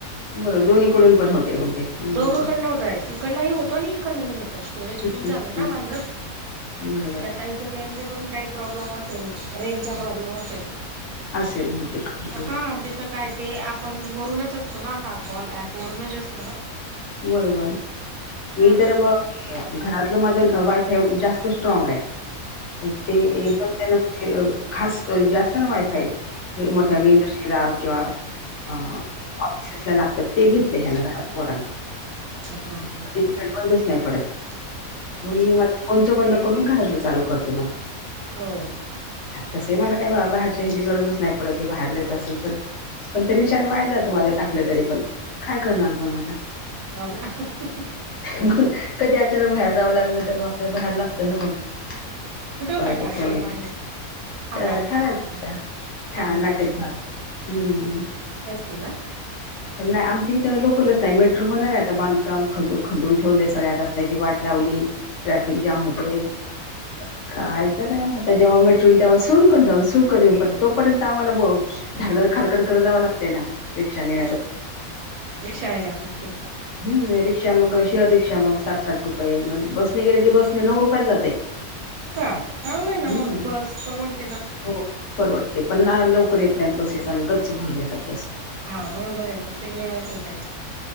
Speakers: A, on the left; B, on the right.
A: बरं दोन्हीकडून पण होते मग. ते हम्म
B: दोघं कडन होताय तीकडनई होतो अणि इकडनही हो तो स्टोरेज फुल
A: हम्म
B: झालंय ना माझं. <inaudible>
A: बरोबर
B: त्या ताई तर त्यांचा पण काई प्रॉब्लेम असेल रेंजचा प्रॉब्लेम असेल.
A: असेल
B: <inaudible>
A: बहुतेक
B: अं
A: हो
B: हा ते त कायच ते आपण वरूनच असतो ना हा का कॉल ऍप वरुूनच असतो ना.
A: बरोबर मी
B: हा
A: तर मग घरातलं माझ वायफाय जास्त स्ट्राग आहे. तर
B: हम्म
A: ते एकदम त्यांन ते खास जे असतं ना वायफाय
B: हम्म
A: जे मोठ्या इंडस्ट्रीला किंवा अ
B: हम्म हम्म
A: ऑफिसेसला लागतात ते घेतलं ह्याना घरात पोराना.
B: अच्छा हा हा.
A: नेट बंदच नाही पडत,
B: ना
A: म्हणून मी माझ फोनच बंद करून घरातलं चालू करते मग.
B: हो.
A: तसही मला काय बा बाहेरची ह्याची गरजच नाही पडत तो बाहेर जायचं असेल तर पण ते रीचार्ज वाया जातं माझं टाकलं तरी पण काय करणार पण आता.
B: हा ना. <inaudible>
A: मग कधी अचानक बाहेर जावं लागलं तर मग आपल्याला बाहेर लागतं ना मग. <inaudible>
B: कुठे होता
A: कोणाचे
B: कार्यक्रम
A: फोन येतात.
B: आणि हा
A: अ
B: कार्यक्रम
A: ठाण्यात <inaudible> ठा
B: ठाण्याला
A: नाट्यकभग हम्म.
B: तेला.
A: नाही आमच्या इथं लोकलच नाही मेट्रो होणार आहे आता बांधकाम खदन खदून ठेवले सगळ्या रस्त्याची वाट लावली. ट्राफिक जाम होते. काय तर तर जेव्हा मेट्रो होईल तेव्हा सुळक जाऊन सुळ कर येऊ पण तोपर्यंत आम्हाला ब धाडधर खाडकड करा जावं लाग ते ना रिक्षानी
B: ह, रिक्षाने जात असतील तर
A: हम्म रिक्षा मग शेअर रिक्षा मग साठ-साठ रुपये, मग बसने गेले की बसने नऊ रुपयात जातय.
B: हो का, चांगल आहे ना
A: हम्म
B: मग बस परवडते ना.
A: हो परवडते, पण ना लवकर येत नाहीत बसेस आणि गच्च भरून येतात बस.
B: हा बरोबर आहे मग ते वेळ असेल त्यांच्या.